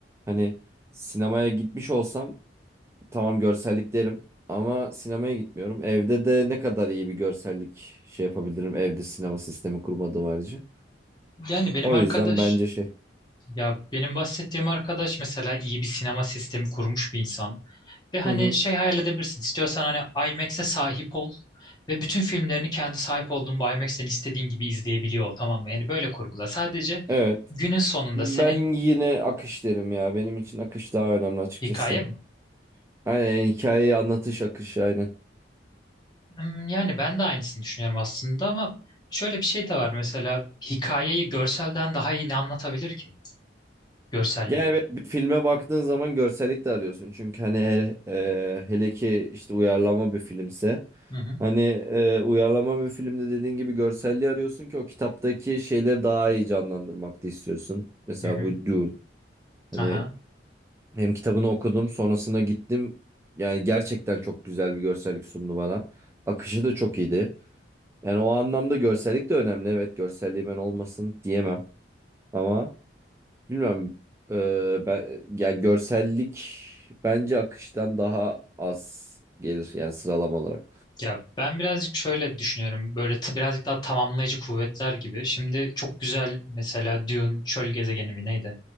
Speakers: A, on the right (about 15°); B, on the left (about 25°).
A: hani sinemaya gitmiş olsam tamam görsellik derim ama sinemaya gitmiyorum. Evde de ne kadar iyi bir görsellik şey yapabilirim evde sinema sistemi kurmadığım harici.
B: Yani benim
A: O
B: arkadaş
A: yüzden bence şey.
B: ya benim bahsettiğim arkadaş mesela iyi bir sinema sistemi kurmuş bir insan. Ve hani
A: Hı hı.
B: şey hayal edebilirsin. İstiyorsan hani IMAX'e sahip ol ve bütün filmlerini kendi sahip olduğun bu IMAX'ten istediğin gibi izleyebiliyor ol tamam mı? Yani böyle kurgula. Sadece
A: Evet.
B: günün sonunda
A: Ben
B: senin
A: yine akış derim ya. Benim için akış daha önemli açıkçası.
B: hikaye mi?
A: Aynen yani hikayeyi anlatış akışı aynen.
B: Hmm, Yani ben de aynısını düşünüyorum aslında ama şöyle bir şey de var mesela hikayeyi görselden daha iyi ne anlatabilir ki? Görselliği.
A: Ya evet bir filme baktığın zaman görsellik de arıyorsun. Çünkü hani eğer, e, hele ki işte uyarlama bir filmse.
B: Hı hı.
A: Hani e, uyarlama bir filmde dediğin gibi görselliği arıyorsun ki o kitaptaki şeyleri daha iyi canlandırmak da istiyorsun. Mesela
B: Hı hı.
A: bu Dune. Hani
B: Aha.
A: hem kitabını okudum sonrasında gittim. Yani gerçekten çok güzel bir görsellik sundu bana. Akışı da çok iyiydi. Yani o anlamda görsellik de önemli. Evet görselliği ben olmasın diyemem. Ama bilmiyorum. e, ben, yani görsellik bence akıştan daha az gelir. Yani sıralama olarak.
B: Ya ben birazcık şöyle düşünüyorum. Böyle t- birazcık daha tamamlayıcı kuvvetler gibi. Şimdi çok güzel mesela Dune Çöl Gezegeni mi neydi?